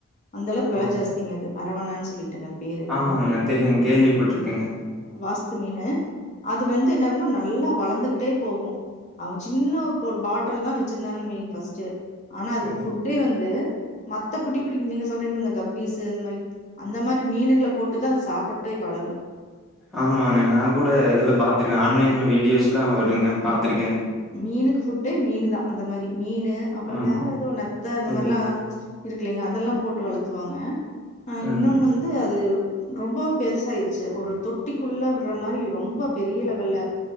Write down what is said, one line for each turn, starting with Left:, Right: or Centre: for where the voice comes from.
Left: அந்த அளவுக்கு வெல
Centre: ஓ!
Left: ஜாஸ்திங்க அது அரவானான்னு சொல்லிட்டுங்க பேரு. மீன்
Centre: ஆமாங்க
Left: பேரு.
Centre: எனக்கு தெரியு கேள்விப்பட்ருக்கேங்க
Left: வாஸ்து மீனு அது வந்து என்னாகுன்னா நல்லா வளந்துகிட் டே போகு அவங்க சின்ன ஒரு பாட்டல்லதா வச்சிருந்தாங்கன்னு வைங்க ஃபர்ஸ்ட்டு ஆனா அதுக்கு
Centre: ஓ!
Left: ஃபுட் டே வந்து மத்த குட்டி குட்டி நீங்க சொல்றீங்கல்ல இந்த கப்பீஸு அந்த மாரி அந்த மாரி மீனுகள போட்டுதா அது சாப்புட்டே வளரு
Centre: ஆமாங்க நா கூட இதுல்ல பாத்துருக்கே ஆன்லைன்ல வீடியோஸ்ல்லா வருங்க பா்த்துருக்கே
Left: மீனுக்கு ஃபுட்டே மீனு தா அந்த மாரி மீனு அப்றோ
Centre: ஆமாங்க.
Left: வேற ஏதோ நத்த இந்த
Centre: இது
Left: மாரில்லா இருக்குல்லைங்க அதெல்லா போட்டு வளத்துவாங்க ஆ
Centre: ம்.
Left: இன்னொன்னு வந்து அது ரொம்ப பெருசாயிருச்சு ஒரு தொட்டிக்குள்ள விட்ற மாரி ரொம்ப பெரிய லெவல்ல